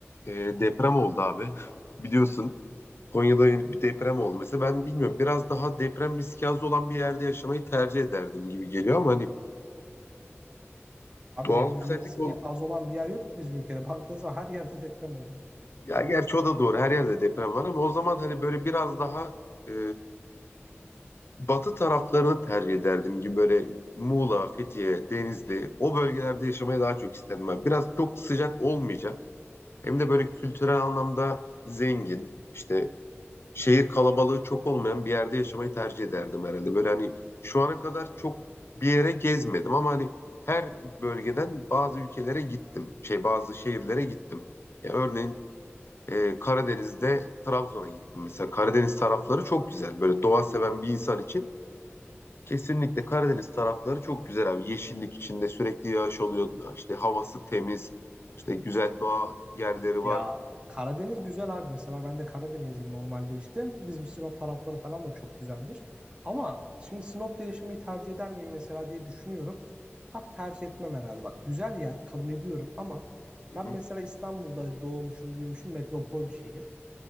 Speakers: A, on the left (about 60°); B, on the right (about 20°).
A: e, deprem oldu abi. Biliyorsun Konya'da yeni bir deprem oldu. Mesela ben bilmiyorum biraz daha deprem riski az olan bir yerde yaşamayı tercih ederdim gibi geliyor ama hani
B: Abi
A: doğal
B: deprem
A: güzellik
B: riski
A: ol.
B: az olan bir yer yok bizim ülkede. Baktığınız zaman her yerde deprem oluyor.
A: Ya gerçi o da doğru. Her yerde deprem var ama o zaman hani böyle biraz daha e, batı taraflarını tercih ederdim gibi böyle Muğla, Fethiye, Denizli o bölgelerde yaşamayı daha çok isterdim. abi. Biraz çok sıcak olmayacak. Hem de böyle kültürel anlamda zengin, işte şehir kalabalığı çok olmayan bir yerde yaşamayı tercih ederdim herhalde. Böyle hani şu ana kadar çok bir yere gezmedim ama hani her bölgeden bazı ülkelere gittim. Şey bazı şehirlere gittim. Ya örneğin e, Karadeniz'de Trabzon'a gittim mesela. Karadeniz tarafları çok güzel. Böyle doğa seven bir insan için kesinlikle Karadeniz tarafları çok güzel abi. Yeşillik içinde sürekli yağış oluyor. İşte havası temiz. İşte güzel doğa yerleri
B: Ya
A: var.
B: Karadeniz güzel abi. Mesela ben de Karadenizliyim normalde işte. Bizim Sinop tarafları falan da çok güzeldir. Ama şimdi Sinop'ta yaşamayı tercih eder miyim mesela diye düşünüyorum. Abi tercih etmem herhalde. Bak güzel yer kabul ediyorum ama
A: Hı
B: ben
A: hı,
B: mesela İstanbul'da doğmuşum, büyümüşüm metropol bir şehir.